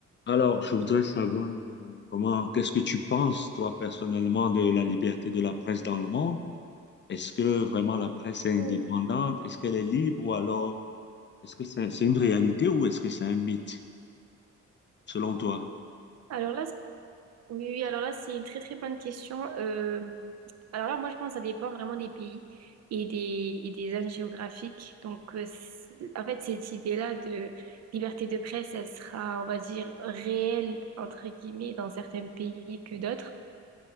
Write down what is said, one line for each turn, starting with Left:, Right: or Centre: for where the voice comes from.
Left: Alors, je voudrais savoir euh, comment, qu'est-ce que tu penses, toi, personnellement, de la liberté de la presse dans le monde? Est-ce que vraiment la presse est indépendante?
Right: Hmm.
Left: Est-ce qu'elle est libre ou alors est-ce que c'est c'est une réalité ou est-ce que c'est un mythe, selon toi?
Right: Alors là, c'est- oui, oui, alors là, c'est une très très bonne question. Euh, alors là, moi, je pense que ça dépend vraiment des pays et des, et des zones géographiques. Donc, euh, c'est- en fait, cette idée-là de liberté de presse, elle sera, on va dire, réelle, entre guillemets, dans certains pays que d'autres.